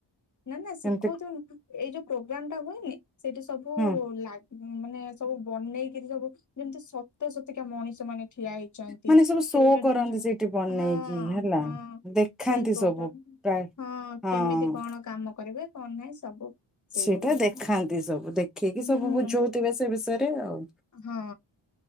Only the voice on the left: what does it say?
ନା ନା ଶିଖଉଥିବ
ଏଇ ଯୋଉ ପ୍ରୋଗ୍ରାମ ଟା ହୁଏନି ସେଇଠି ସବୁ
ଲାଗେ ହୁଁ, ମାନେ ସବୁ ବନେଇକିରି ସବୁ ଯେମିତି ସତ ସତିକା ମଣିଷ ମାନେ ଠିଆ ହେଇ ଛନ୍ତି,
ହେଲମେଟ
ପିନ୍ଧିଛନ୍ତି,
ହଁ
ହଁ
ସେଇ ପ୍ରୋଗ୍ରାମ
ହଁ ହଁ
କେମିତି କଣ କାମ କରିବେ କଣ ନାହିଁ ସବୁ। ସେଇଭଳିଆ
ହୁଁ
ହଁ